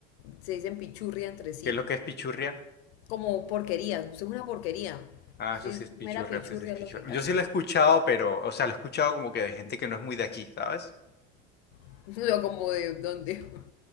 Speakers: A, on the left; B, on the left.
A: se dicen pichurria entre sí.
B: ¿Qué es lo que es pichurria?
A: como porquerías, usted es una porquería.
B: Ah,
A: Sí,
B: eso sí
A: Usted
B: es pichurria,
A: es mera pichurria
B: eso sí es pichurria.
A: lo que, así.
B: Yo sí lo he escuchado, pero, o sea, lo he escuchado como que de gente que no es muy de aquí, ¿sabes?
A: <laughs> Yo como de dónde. <laughs>